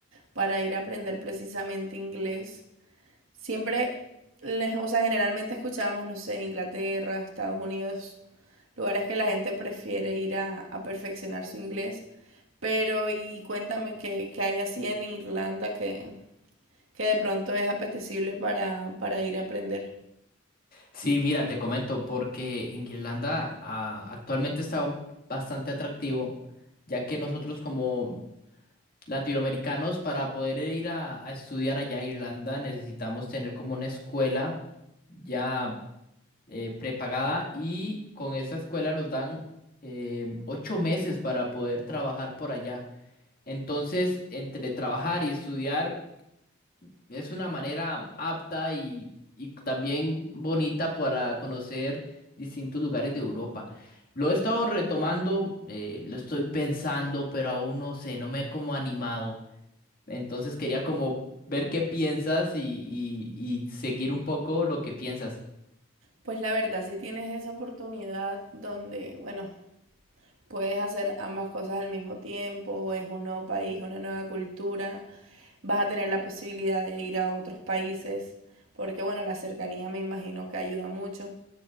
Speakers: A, on the right (about 75°); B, on the left (about 45°).
A: para ir a aprender precisamente inglés. Siempre, les- o sea, generalmente escuchábamos, no sé, Inglaterra, Estados Unidos, lugares que la gente prefiere ir a, a perfeccionar su inglés. Pero, y cuéntame qué, qué hay así en Irlanda que, que de pronto es apetecible para, para ir a aprender.
B: Sí, mira, te comento, porque en Irlanda ah, actualmente está un- bastante atractivo, ya que nosotros como latinoamericanos para poder ir a, a estudiar allá a Irlanda necesitamos tener como una escuela. ya eh, prepagada y con esa escuela los dan eh, ocho meses para poder trabajar por allá. Entonces, entre trabajar y estudiar es una manera apta y, y también bonita para conocer distintos lugares de Europa. Lo he estado retomando, eh, lo estoy pensando, pero aún no sé, no me he como animado. Entonces quería como ver qué piensas y, y y seguir un poco lo que piensas.
A: Pues la verdad, si tienes esa oportunidad donde, bueno, Puedes hacer ambas cosas al mismo tiempo, es un nuevo país, una nueva cultura, vas a tener la posibilidad de ir a otros países, porque bueno, la cercanía me imagino que ayuda mucho.